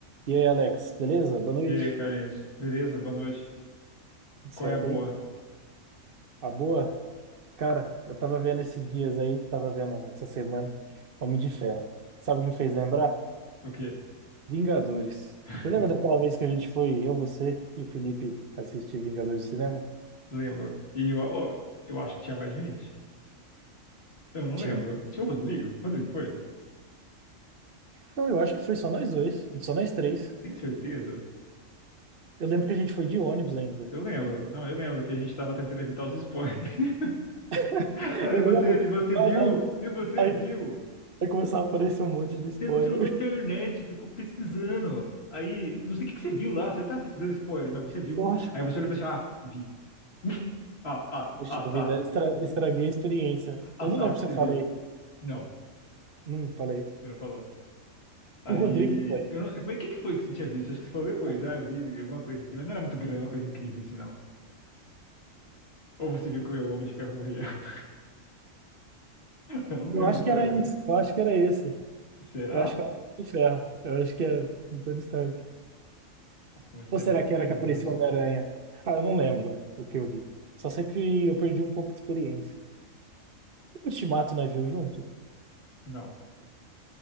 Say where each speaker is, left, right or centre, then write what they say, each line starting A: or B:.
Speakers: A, on the right (about 45°); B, on the left (about 50°).
A: E aí, Alex, beleza? Boa noite.
B: E aí, Carlinhos? Beleza? Boa noite.
A: Tudo
B: Qual
A: certo
B: é a boa?
A: aí? A boa? Cara, eu tava vendo esses dias aí, tava vendo essa semana, Homem de Ferro. Sabe o que me fez lembrar?
B: O quê?
A: Vingadores.
B: <laughs>
A: Você lembra daquela vez que a gente foi, eu, você e o Felipe, assistir Vingadores de cinema?
B: Lembro. E eu, ó, eu acho que tinha mais gente. Eu não
A: Tinha.
B: lembro. Tinha o Rodrigo? Rodrigo foi?
A: Não, eu acho que foi só nós dois, só nós três.
B: Tem certeza?
A: Eu lembro que a gente foi de ônibus ainda.
B: Eu lembro. Não, eu lembro que a gente tava tentando evitar os spoilers. <laughs>
A: <laughs>
B: Ah,
A: Eu
B: E
A: lembro.
B: você, e você viu?
A: Aí,
B: E você
A: aí,
B: viu?
A: aí começava a aparecer um monte de spoiler.
B: Você entrou na internet, ficou pesquisando. Aí, não sei o que que você viu lá. Você não tava pesquisando spoiler, mas
A: <laughs>
B: você viu
A: Eu
B: um.
A: acho
B: Aí
A: que.
B: você olhou e falou assim: Ah, vi. <laughs> Ah, ah,
A: Puxa
B: ah, saco.
A: vida, estra- estraguei a experiência.
B: Ah,
A: Eu
B: saco,
A: não lembro se
B: você
A: eu falei.
B: viu. Não,
A: Não falei.
B: você não falou. Aí.
A: O Rodrigo foi.
B: Eu não... Mas o que que foi que você tinha visto? Acho que você falou depois.
A: O-
B: Ah, eu vi alguma coisa aqui. Mas não era muito grande, é uma coisa incrível assim, não. Ou você viu que o Homem de Ferro morria? <laughs> Eu não lembro
A: Eu acho
B: se
A: que era
B: era grande.
A: esse, Eu acho que era esse.
B: Será?
A: Eu acho que é o Homem de Ferro. Eu acho que é do Tony Stark.
B: Nossa, mas você
A: Ou
B: é muito
A: será que
B: teimoso.
A: era que apareceu o Homem-Aranha? Ah, eu não lembro o que eu vi. Só sei que eu perdi um pouco de experiência. O Ultimato nós viu junto?
B: Não.